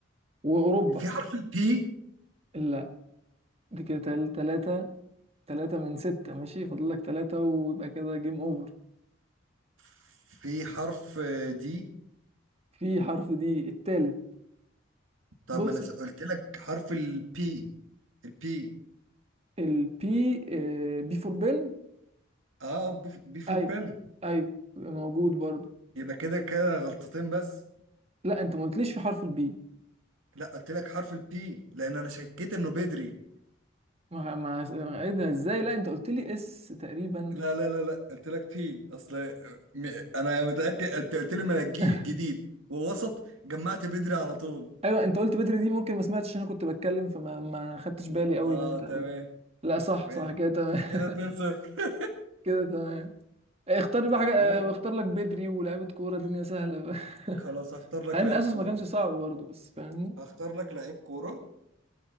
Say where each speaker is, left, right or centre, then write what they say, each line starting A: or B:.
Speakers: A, on the right; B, on the right.
A: وأوروبا
B: في حرف البي
A: لا دي كده تل- تلاتة تلاتة من ستة ماشي فاضل لك تلاتة ويبقى كده جيم أوفر
B: في حرف دي
A: في حرف دي التالت
B: طب
A: بص
B: ما انا س- قلت لك حرف البي البي
A: البي بي فور بن
B: اه بي فور
A: ايوه
B: بيرن
A: ايوه موجود برضه
B: يبقى كده كده غلطتين بس
A: لا انت ما قلتليش في حرف البي
B: لا قلت لك حرف البي لان انا شكيت انه بدري
A: ما ما ما- ايه ده ازاي لا انت قلت لي اس تقريبا
B: لا لا لا لا قلت لك في اصل م... انا متاكد انت قلت لي من الجيل
A: <laughs>
B: الجديد ووسط جمعت بدري على طول
A: ايوه انت قلت بدري دي ممكن ما سمعتش عشان انا كنت بتكلم فما ما خدتش بالي قوي
B: اه
A: ان انت قلت
B: تمام
A: لا صح
B: ماشي
A: صح كده تمام <laughs>
B: كده 2 0 <laughs>
A: كده تمام اختار لي بقى
B: تمام
A: حاجه اه، اختار لك بدري ولاعيبه كوره دنيا سهله بقى <laughs>
B: خلاص هختار لك
A: مع ان
B: لعيب
A: اساس
B: كوره
A: ما كانش صعب برضه بس فاهمني
B: هختار لك لعيب كوره